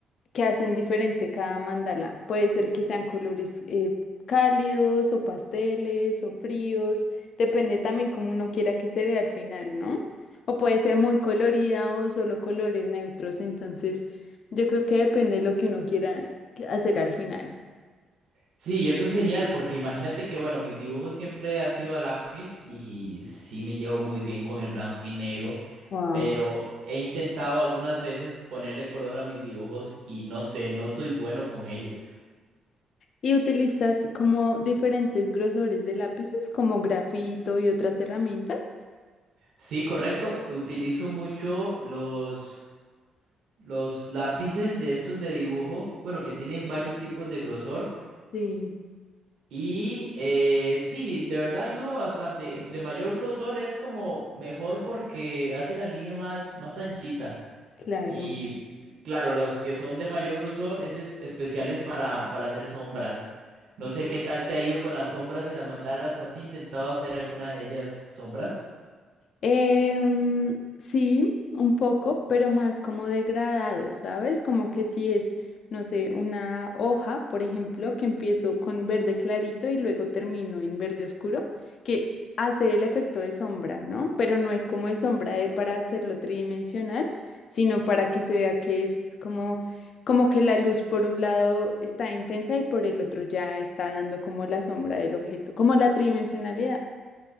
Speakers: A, on the left; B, on the right.
A: que hacen diferente cada mandala. Puede ser que sean colores eh, cálidos o pasteles o fríos, depende también como uno quiera que se vea al final, ¿no? O puede ser muy colorida o solo colores neutros, entonces yo creo que depende de lo que uno quiera que- hacer al final.
B: Sí, y eso es genial porque imagínate que, bueno, mis dibujos siempre han sido a lápiz y sí me llevo muy bien con el blanco y negro,
A: Wow.
B: pero he intentado algunas veces ponerle color a mis dibujos y no sé, no soy bueno con ello.
A: Y utilizas como diferentes grosores de lápices, como grafito y otras herramientas.
B: Sí, correcto, utilizo mucho los, los lápices de estos de dibujo, bueno, que tienen varios tipos de grosor
A: Sí,
B: y eh, sí, de verdad ayuda bastante. Entre mayor grosor es como mejor porque hace la línea más, más anchita.
A: claro.
B: Y claro, los que son de mayor grosor, ese es especiales para, para hacer sombras. No sé qué tal te ha ido con las sombras en las mandalas. ¿Has intentado hacer alguna de ellas sombras?
A: Em, sí, un poco, pero más como degradado, ¿sabes? Como que si es, no sé, una hoja, por ejemplo, que empiezo con verde clarito y luego termino en verde oscuro, que hace el efecto de sombra, ¿no? Pero no es como el sombra de para hacerlo tridimensional, sino para que se vea que es como, como que la luz por un lado está intensa y por el otro ya está dando como la sombra del objeto, como la tridimensionalidad.